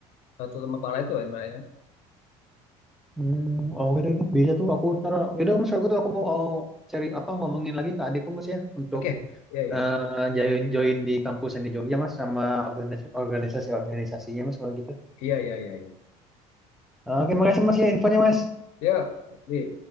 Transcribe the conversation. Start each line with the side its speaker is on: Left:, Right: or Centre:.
Left: satu lembah pala itu ya Mbak, ya.
Centre: Hmm, oke deh, itu bisa tuh aku ntar, yaudah mas aku tuh aku mau oh, sharing apa ngomongin lagi ke adikku mas ya untuk
Left: oke iya iya
Centre: eh, join join di kampus yang di Jogja mas sama organis- organisasi organisasinya mas kalau gitu.
Left: iya iya iya
Centre: Oke, makasih mas ya infonya mas.
Left: iya ya